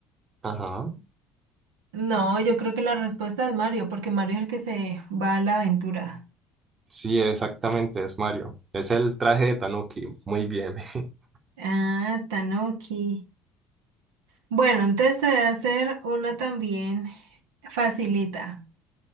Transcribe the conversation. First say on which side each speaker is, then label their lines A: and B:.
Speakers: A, on the right (about 30°); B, on the right (about 65°).
A: ajá.
B: No, yo creo que la respuesta es Mario, porque Mario es el que se va a la aventura.
A: Sí, exactamente, es Mario. Es el traje de Tanuki. Muy bien. <laughs>
B: Ah, Tanoki. Bueno, entonces te voy a hacer una también facilita.